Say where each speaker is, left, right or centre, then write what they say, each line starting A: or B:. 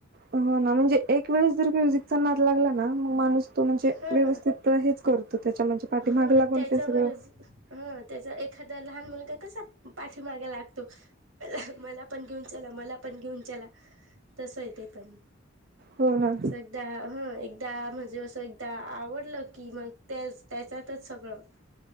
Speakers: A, on the right; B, on the right.
A: हो ना म्हणजे, एक वेळेस जर म्युझिकचा नाद लागला. ना मग माणूस तो म्हणजे
B: हा
A: व्यवस्थित <unintelligible> म्हणजे पाठीमाग
B: हा
A: लागून
B: त्याच्यावरच
A: ते सगळं
B: हं त्याच्या एखादा लहान मुलगा कसा पाठीमागे ला त अहं! मला पण घेऊन चला, मला पण घेऊन चला, तसयं ते पण
A: हो ना
B: <unintelligible> हं. त्या म्हणजे असं एकदा आवडलं की, मग तेच. त्यातच सगळं.